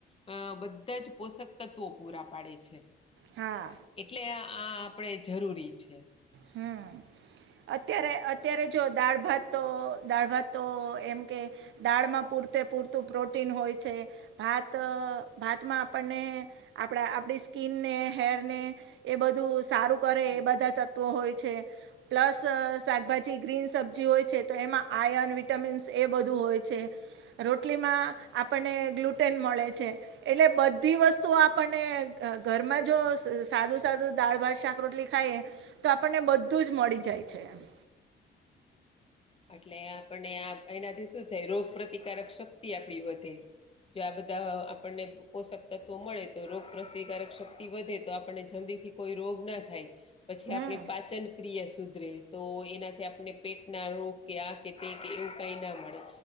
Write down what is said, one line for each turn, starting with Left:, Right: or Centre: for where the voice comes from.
Left: હા બધા જ પોષક તત્વો પૂરા પાડે છે.
Right: હા
Left: એટલે આ આ આપણે જરૂરી છે.
Right: હમમ. અત્યારે અત્યારે જો દાળ ભાત તો દાળ ભાત તો એમ કે દાળમાં પૂરતે પૂરતું પ્રોટીન હોય છે, ભાત ભાતમાં આપણને આપણા આપણી સ્કીનને હેરને એ બધું સારું કરે
Left: હમ.
Right: એ બધા ત્ તત્વો હોય છે. પ્લસ શાકભાજી ગ્રીન સબ્જી હોય છે તો એમાં આયન, વિટામિન્સ એ બધું હોય છે. રોટલીમાં આપણને ગ્લુટેન મળે છે. એટલે બધી વસ્તુ આપણને ઘરમાં જો સાદું સાદું દાળ, ભાત, શાક, રોટલી ખાઇયે તો આપણને બધું જ મળી જાય છે એમ.
Left: એટલે આપણને આ એનાથી શું થાય રોગ પ્રતિકારક શક્તિ આપડી વધે. જો આ બધા આપણને પોષક તત્વો મળે તો રોગ પ્રતિકારક શક્તિ વધે તો આપણને જલ્દી થી, કોઈ રોગ ના થાય પછી
Right: હમ
Left: આપણી પાચન ક્રિયા સુધરે તો એનાથી આપણે પેટ, ના રોગ કે આ કે તે કે એવું કઈ ના મળે